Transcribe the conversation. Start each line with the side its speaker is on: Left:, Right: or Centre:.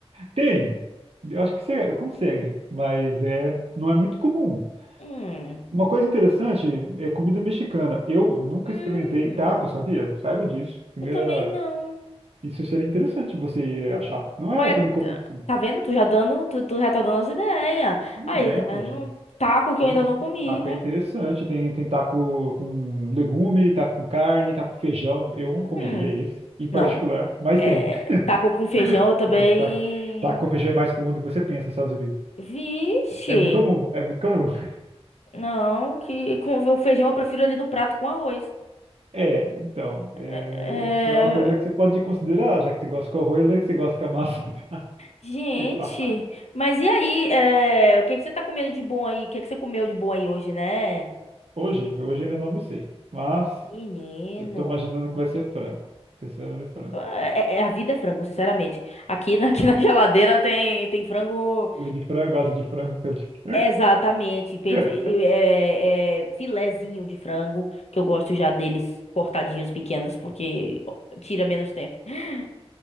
Right: tem. Eu acho que você consegue, mas é, não é muito comum.
Left: Hum.
Right: Uma coisa interessante é comida mexicana. Eu nunca
Left: Hum.
Right: experimentei taco, sabia? Saiba disso. Primeira,
Left: Eu também não.
Right: isso seria interessante você achar. Não
Left: Olha,
Right: é tão incomum
Left: tá
Right: assim.
Left: tá vendo? Tu já dando, tu, tu já tá dando as ideias. Aí,
Right: É,
Left: tá
Right: poxa.
Left: vendo? Um Taco que
Right: Tem
Left: eu ainda
Right: uns...
Left: não comi,
Right: Taco
Left: né?
Right: é interessante. Tem, tem taco com legume, taco com carne, taco com feijão. Eu não comeria
Left: Hum,
Right: esse, em particular,
Left: não.
Right: mas
Left: É,
Right: tem. <laughs>
Left: taco com feijão eu também.
Right: Mas taco, taco com feijão é mais comum do que você pensa nos Estados Unidos.
Left: Vixe!
Right: É muito comum, é muito comum. <laughs>
Left: Não, que com o feijão eu prefiro ali no prato com arroz.
Right: É, então, é,
Left: É,
Right: isso é uma coisa que você pode considerar, já que você gosta com arroz, já que você gosta com a massa. <laughs>
Left: Gente,
Right: Sei lá.
Left: mas e aí? é, O que que você tá comendo de bom aí? O que que você comeu de bom aí hoje, né?
Right: Hoje, hoje ainda não almocei, mas
Left: Menino.
Right: eu tô imaginando que vai ser frango. Pensando em frango.
Left: É, é- a vida é frango, sinceramente. Aqui na, <laughs> aqui na geladeira tem, tem frango.
Right: Meio de frango, asa de frango, pé de frango.
Left: Exatamente, peito,
Right: <laughs>
Left: e- é, é, filezinho de frango, que eu gosto já deles cortadinhos pequenos, porque tira menos tempo. <laughs>